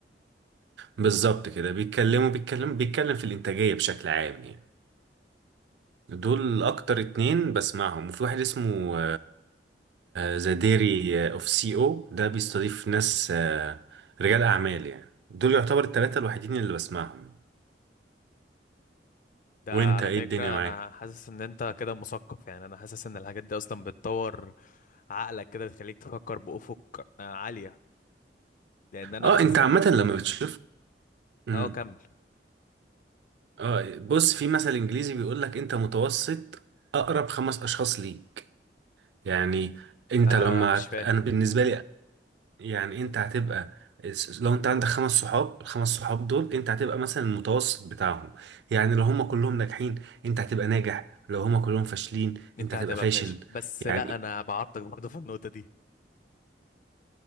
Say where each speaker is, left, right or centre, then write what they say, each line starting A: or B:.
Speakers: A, on the right (about 70°); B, on the left (about 50°).
A: بالظبط كده بيتكلموا بيتكلم بيتكلم في الإنتاجية بشكل عام يعني دول أكتر اتنين بسمعهم وفي واحد اسمه ذا ديري اوف سي او ده بيستضيف ناس آه، رجال أعمال يعني دول يعتبر التلاتة الوحيدين اللي بسمعهم
B: ده
A: وانت
B: على
A: ايه
B: فكرة
A: الدنيا معاك؟
B: أنا حاسس إن أنت كده مثقف يعني أنا حاسس إن الحاجات دي أصلا بتطور عقلك كده بتخليك تفكر بأفق آه، عالية لأن أنا
A: اه
B: أساسا
A: انت عامة لما بتشوف مم.
B: أه كمل
A: اه بص في مثل انجليزي بيقول لك انت متوسط اقرب خمس اشخاص ليك يعني انت
B: آه
A: لما
B: مش فاهم
A: انا بالنسبه لي يعني انت هتبقى الس- لو انت عندك خمس صحاب الخمس صحاب دول انت هتبقى مثلا المتوسط بتاعهم يعني لو هم كلهم ناجحين انت هتبقى ناجح لو هم كلهم فاشلين
B: أنت
A: انت هتبقى
B: هتبقى
A: فاشل
B: فاشل بس
A: يعني
B: لا أنا بعارضك برضه في النقطة دي